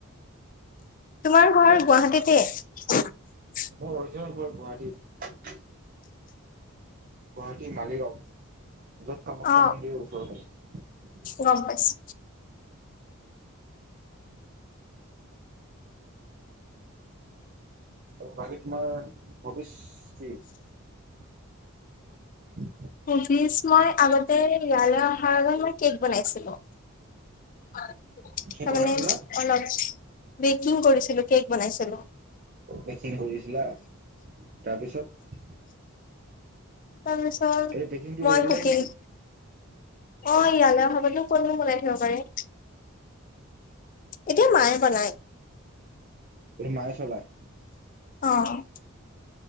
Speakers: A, on the left; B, on the right.
A: তোমাৰ ঘৰ গুৱাহাটীতে? <inaudible>
B: মোৰ অৰিজিনেল ঘৰ গুৱাহাটীত। গুৱাহাটীৰ মালিগাঁও। য'ত কামাখ্যা
A: অ অ
B: মন্দিৰৰ ওচৰতে।
A: গম পাইছো
B: আৰু বাকী তোমাৰ ভৱিষ্য <unintelligible> <inaudible>
A: <unintelligible> মই আগতে, ইয়ালৈ অহাৰ আগত মই কেক বনাইছিলো । হয় ।
B: কি বনাইছিলা?
A: এনে অলপ । বেকিং কৰিছিলো, কেক বনাইছিলোঁ ।
B: বেকিং কৰিছিলা । তাৰপিছত?
A: তাৰপাছত,
B: এই বেকিংটো
A: মই
B: এৰি দিলা
A: কুকিং
B: নেকি?
A: অ' ইয়ালৈ অহাৰ পৰানো ক'তনো বনাই থব পাৰে? এতিয়া মায়ে বনায় ।
B: ত' মায়ে চলায়?
A: অ' ।